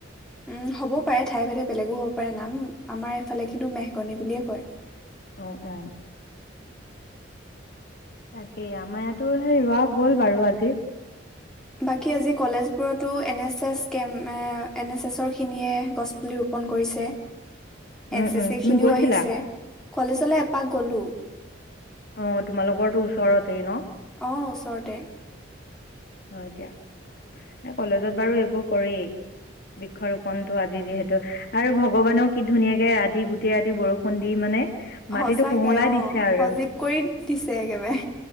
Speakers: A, in the centre; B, on the left (about 50°).
A: উম হ'বও পাৰে ঠাই ভে বেলেগো হওক। নাম আমাৰ এইফালে কিন্তু মেহগনি বুলিয়ে কয়।
B: আহ আহ। তাকেই আমাৰ ইয়াতো সেই ৰোৱা গ'ল বাৰু আজি।
A: বাকী আজি কলেজবোৰতো এন এছ এছ কে এন এছ এছৰ খিনিয়ে গছপুলি ৰোপন কৰিছে। N
B: um
A: C
B: um
A: C
B: তুমি
A: খিনিও
B: গৈছিলা?
A: আহিছে। কলেজলৈ এপাক গলো।
B: অ' তোমালোকৰটো ওচৰতেই ন?
A: অ ওচৰতে
B: হয় এতিয়া কলেজত বাৰু এইবোৰ কৰেই বৃক্ষৰোপনটো আজি যিহেতু আৰু ভগৱানেও কি ধুনীয়াকে ৰাতি গোটেই ৰাতি বৰষুণ দি মানে। মাটিটো
A: সচাকে
B: কোমলাই
A: অ'
B: দিছে আৰু
A: সজীৱ কৰি দিছে একেবাৰে।